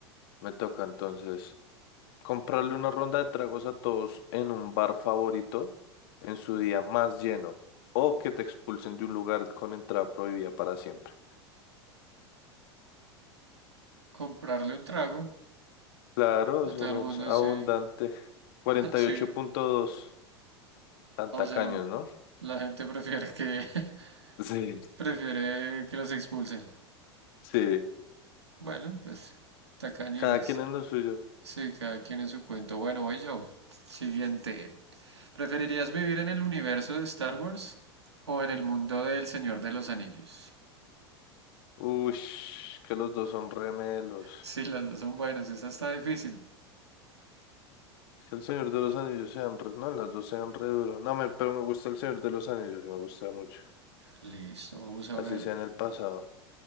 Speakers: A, on the left (about 55°); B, on the right (about 80°).
A: Me toca entonces. Comprarle una ronda de tragos a todos en un bar favorito en su día más lleno o que te expulsen de un lugar con entrada prohibida para siempre.
B: Comprarle un trago
A: Claro,
B: a
A: eso
B: todo el
A: no
B: mundo,
A: es abundante.
B: sí,
A: 48.2,
B: <laughs> sí.
A: tan
B: O
A: tacaños,
B: sea, l-
A: ¿no?
B: la gente prefiere que <laughs>
A: Sí. <laughs>
B: prefiere que los expulsen.
A: Sí,
B: Bueno, pues tacañines.
A: cada quien en lo suyo.
B: Sí, cada quien en su cuento. Bueno, voy yo. Siguiente. ¿Preferirías vivir en el universo de Star Wars o en el mundo del Señor de los Anillos?
A: Ush, que los dos son remelos.
B: Sí, las dos son buenas. Esta está difícil.
A: Que el Señor de los Anillos sean re... No, las dos sean re duros. No, me... pero me gusta el Señor de los Anillos, me gusta mucho.
B: Listo, vamos a
A: Así
B: ver.
A: sea en el pasado.